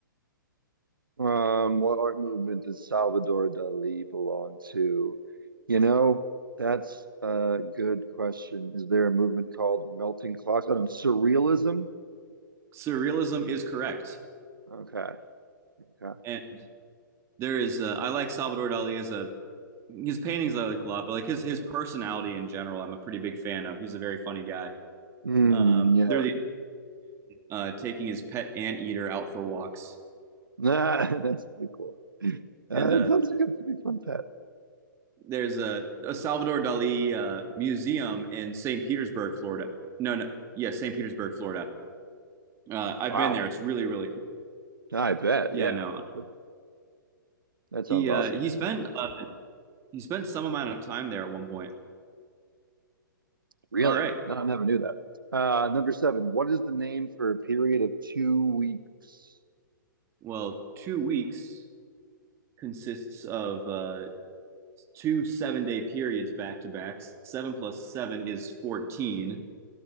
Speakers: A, on the right; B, on the right.
A: Um, what art movement does Salvador Dali belong to? You know, that's a good question. Is there a movement called melting clocks? Oh no, surrealism.
B: Surrealism is correct,
A: Okay. Okay.
B: and there is. Uh, I like Salvador Dali as a his paintings I like a lot, but like his his personality in general, I'm a pretty big fan of. He's a very funny guy.
A: Mm,
B: Um,
A: yeah.
B: are the uh, taking his pet anteater out for walks,
A: Nah, <laughs> that's pretty cool. Uh,
B: and uh,
A: that sounds like a pretty fun pet.
B: there's a, a Salvador Dali uh, museum in St. Petersburg, Florida. No, no, yeah, St. Petersburg, Florida. Uh, I've
A: Wow.
B: been there. It's really, really cool.
A: I bet.
B: Yeah,
A: Yeah.
B: no,
A: That, that
B: he
A: sounds awesome.
B: uh, he spent uh, he spent some amount of time there at one point.
A: Really?
B: All right.
A: No, I never knew that. Uh, number seven. What is the name for a period of two weeks?
B: Well, two weeks consists of uh, two seven day periods back to back. Seven plus seven is 14.